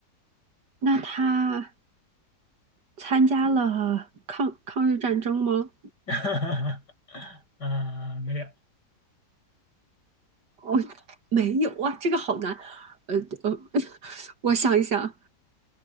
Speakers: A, on the right; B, on the left.
A: 那他参加了抗抗日战争吗？
B: <laughs> 啊没有，
A: 哦，没有哇，这个好难。呃呃，<laughs> 我想一想，